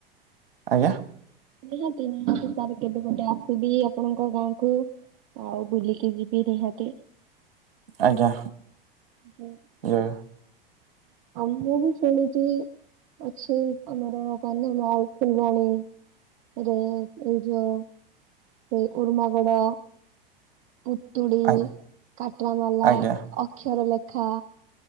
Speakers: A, on the right; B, on the right.
A: ଆଜ୍ଞା।
B: ନିହାତି ନାହାତି, ତା, ର କେବେ ଗୋଟେ ଆସିବି ଆପଣଙ୍କ ଗାଁକୁ। ଆଉ ବୁଲିକି ଯିବି ନିହାତି।
A: ଆଜ୍ଞା।
B: <unintelligible>
A: ଇଏ
B: ଆଉ ମୁଁ ବି ଶୁଣିଚି। ଅଛି ଆମର କନ୍ଧମାଳ, ଫୁଲବାଣୀ, ରେ ଏଇ ଯୋଉଁ ସେ ଉର୍ମାଗଡା। ପୁତୁଡ଼ି,
A: ଆ-
B: କାଠୁଆମଲା,
A: ଆଜ୍ଞା
B: ଅକ୍ଷର ଲେଖା।